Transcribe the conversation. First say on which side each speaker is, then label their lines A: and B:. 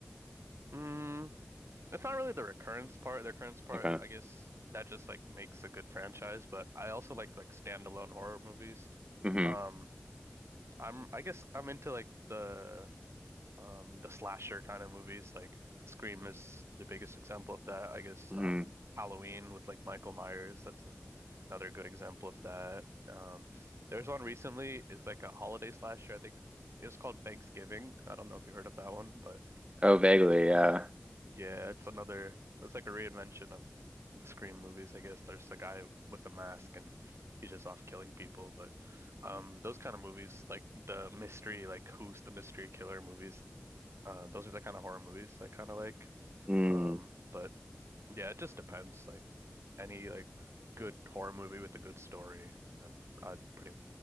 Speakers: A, on the right; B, on the right.
A: mm, it's not really the recurrence part. The recurrence part,
B: Okay.
A: I guess, that just like makes a good franchise. But I also like like standalone horror movies.
B: hmm
A: Um, I'm I guess I'm into like the um the slasher kind of movies like Scream is the biggest example of that I guess
B: hmm
A: um Halloween with like Michael Myers that's a, another good example of that um there's one recently it's like a holiday slasher I think it was called Thanksgiving I don't know if you heard of that one but
B: Oh, vaguely, yeah.
A: yeah it's another it's like a reinvention of the Scream movies I guess there's a guy with the mask and he's just off killing people but um those kind of movies like the mystery like who's the mystery killer movies uh, those are the kind of horror movies I kind of like.
B: Mm.
A: Um, but yeah, it just depends. Like any like good horror movie with a good story, then I'd pretty